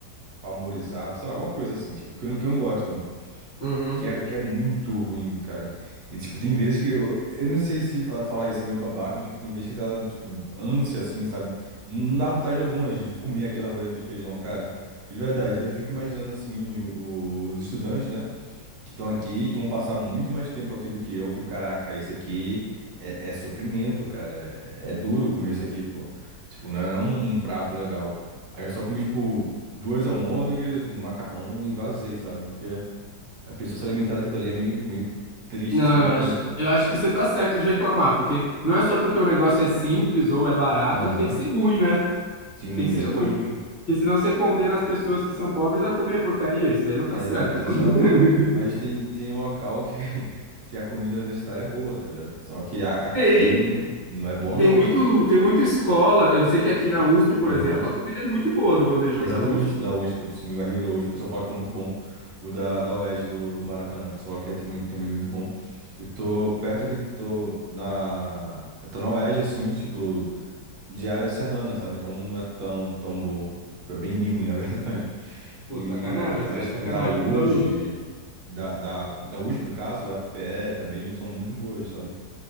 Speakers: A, on the right; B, on the left.
A: pamorizado, sei lá, alguma coisa assim, tipo, que eu não, que eu não gosto também.
B: Uhum.
A: Que é, que é muito ruim, cara. E, tipo, tem vezes que eu. Eu não sei se fa- falar isso é meio babaca, mas, tipo, tem vezes que dá, tipo, ânsia, assim, sabe? Não dá vontade alguma de de comer aquele arroz, aquele feijão, cara. De verdade. Daí eu fico imaginando, assim, o- o- os estudantes, né? Que estão aqui, que vão passar muito mais tempo aqui do que eu. Eu fico, caraca, isso aqui é, é sofrimento, cara. É, é duro comer isso aqui, pô. Tipo, não é, não é um um prato legal. Aí eu só comi, tipo, duas almôndegas, um macarrão e vazei, sabe? Porque a pessoa se alimentar daquilo dali é meio, meio triste,
B: Não,
A: assim, meio
B: eu
A: punk.
B: acho, eu acho que você tá certo de reclamar, porque não é só porque o negócio é simples ou é barato
A: Aham.
B: que tem que ser ruim, né?
A: Sim,
B: Tem que ser
A: exatamente.
B: ruim. Porque senão você condena as pessoas que são pobres a comer porcaria. Isso daí não tá
A: É,
B: certo.
A: é exato.
B: <laughs>
A: Mas tem, tem local que, <laughs> que a comida universitária é boa, tá ligado? Só que a- aqui
B: Tem,
A: não, não é bom
B: tem
A: não,
B: muito,
A: sabe?
B: tem muita escola. Eu sei que aqui na USP, por
A: Aham.
B: exemplo, a comida é muito boa do bandejão
A: Exatamente,
B: da USP.
A: da USP, sim, o RU da USP, o pessoal fala que é muito bom. O da, da UERJ do, do Maracanã, o pessoal fala que é também, também muito bom. Eu tô perto aqui, do- tô na. Eu tô na UERJ, assim, tipo, de área serrana, sabe? Então não é tão, tão bom. Tipo, É bem, bem ruim, <laughs> na verdade.
B: Pô,
A: E,
B: sacanagem, isso
A: mas,
B: aí é
A: tipo,
B: sacanagem
A: da USG,
B: com os alunos.
A: da, da, da USP, no caso, o FPE também, são muito boas, sabe?